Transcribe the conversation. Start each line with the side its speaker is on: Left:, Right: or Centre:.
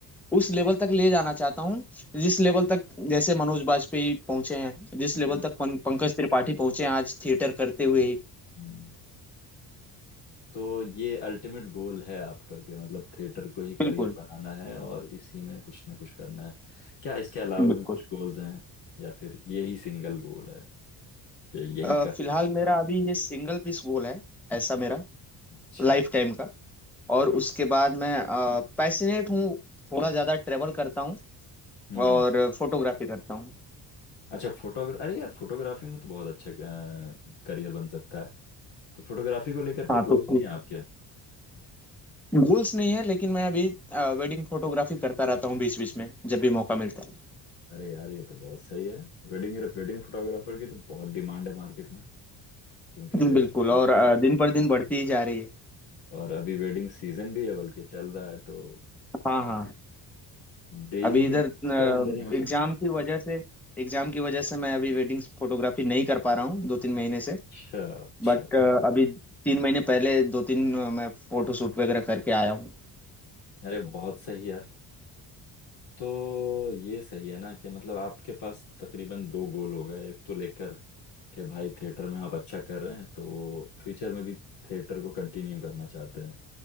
Centre: उस लेवल तक ले जाना चाहता हूँ जिस लेवल तक जैसे मनोज बाजपेयी पहुंचे हैं जिस
Left: हम्म
Centre: लेवल
Left: हम्म
Centre: तक पं, पंकज त्रिपाठी पहुंचे हैं आज थिएटर करते हुए ही
Left: हम्म। तो ये अल्टीमेट गोल है आपका कि मतलब थिएटर को ही करियर
Centre: बिल्कुल
Left: बनाना है और इसी में कुछ ना कुछ करना है क्या इसके अलावा
Centre: बिल्कुल
Left: भी कुछ गोल्स हैं या फिर यही सिंगल गोल है कि यही
Centre: अ, फिलहाल
Left: करना है
Centre: मेरा अभी ये सिंगल पीस गोल है ऐसा मेरा
Left: अच्छा
Centre: लाइफ टाइम का और उसके बाद मैं पैसिनेट हूँ थोड़ा ज़्यादा ट्रेवल करता हूँ
Left: हम्म हम्म
Centre: और फोटोग्राफी करता हूँ
Left: अच्छा फोटोग्राफ अरे यार फोटोग्राफी में तो बहुत अच्छा करियर बन सकता है तो फोटोग्राफी को लेकर कोई
Centre: हाँ तो
Left: गोल्स नहीं
Centre: ठीक
Left: है आपके
Centre: गोल्स नहीं है लेकिन मैं अभी वेडिंग फोटोग्राफी करता रहता हूँ बीच बीच में जब भी मौका मिलता है
Left: अरे यार ये तो बहुत सही है वेडिंग वेडिंग फोटोग्राफर की तो बहुत डिमांड है मार्केट में क्योंकि
Centre: बिल्कुल और अ, दिन पर दिन बढ़ती ही जा रही है
Left: और अभी वेडिंग सीजन भी है बल्कि चल रहा है तो
Centre: हाँ हाँ
Left: डेली
Centre: अभी
Left: की
Centre: इधर
Left: बेसिस पे आमदनी हो सकती
Centre: एग्जाम
Left: है
Centre: की वजह से एग्जाम की वजह से मैं अभी वेडिंग फोटोग्राफी नहीं कर पा रहा हूँ दो तीन महीने से
Left: अच्छा अच्छा
Centre: बट अभी तीन महीने पहले दो तीन अ, मैं फोटो शूट वगैरह करके आया हूँ
Left: अरे बहुत सही यार तो ये सही है ना कि मतलब आपके पास तकरीबन दो गोल हो गए एक तो लेकर के भाई थिएटर में आप अच्छा कर रहे हैं तो फ्यूचर में भी थिएटर को कंटिन्यू करना चाहते हैं